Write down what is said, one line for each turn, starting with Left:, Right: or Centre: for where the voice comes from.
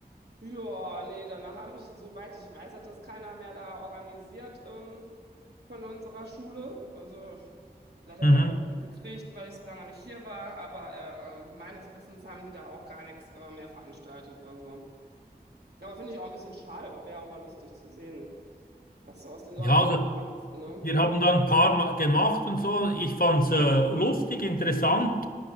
Right: ja, nee, danach habe ich, soweit ich weiß, hat das keiner mehr da organisiert ähm, von unserer Schule. Also vielleicht habe
Left: mhm.
Right: ich auch nichts mitgekriegt, weil ich so lange nicht hier war, aber äh, ähm, meines Wissens haben die da auch gar nichts äh, mehr veranstaltet. Also. Aber finde ich auch ein bisschen schade, aber wäre auch mal lustig zu sehen, was so aus den Leuten
Left: Ja, also.
Right: geworden ist, ne?
Left: Wir haben da ein paar Mal gemacht und so. Ich fand es äh, lustig, interessant,